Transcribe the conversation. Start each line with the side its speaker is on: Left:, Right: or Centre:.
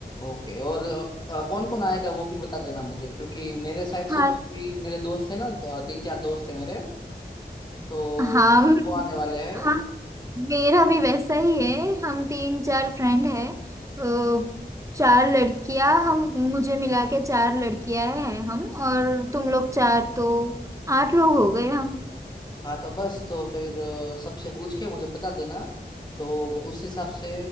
Left: ओके और कौन कौन आएगा वो भी बता देना मुझे क्योंकि मेरे साइड से
Right: हाँ
Left: तो भी मेरे दोस्त है ना अ, तीन चार दोस्त है मेरे तो
Right: हाँ म-
Left: वो आने वाले हैं
Right: हाँ मेरा भी वैसा ही है हम तीन चार फ्रेंड हैं तो चार लड़कियां हम मुझे मिला के चार लड़कियां हैं हम और तुम लोग चार तो आठ लोग हो गए हम
Left: हाँ तो बस तो फिर अ, सबसे पूछ के मुझे बता देना तो उस हिसाब से